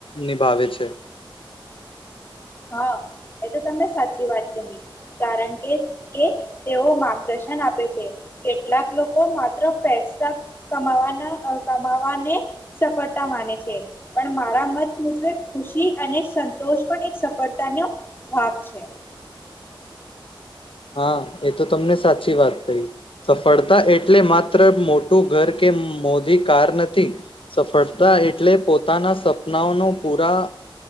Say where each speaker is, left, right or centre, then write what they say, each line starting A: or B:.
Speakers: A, on the left; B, on the left.
A: નિભાવે છે.
B: હા એ તો તને સાચી વાત કહી, કારણ કે કે તેઓ માર્ગદર્શન આપે છે કેટલાક લોકો માત્ર પૈસા કમાવાના કમાવાને, સફળતા માને છે પણ મારા મત મુજબ ખુશી અને સંતોષ પણ એક સ પડતાનો ભાગ છે.
A: હા એ તો તમને સાચી વાત કહી, સફળતા એટલે માત્ર મોટું ઘર કે મોધ કાર નથી, સફળતા એટલે પોતાના સપનાઓનો પૂરા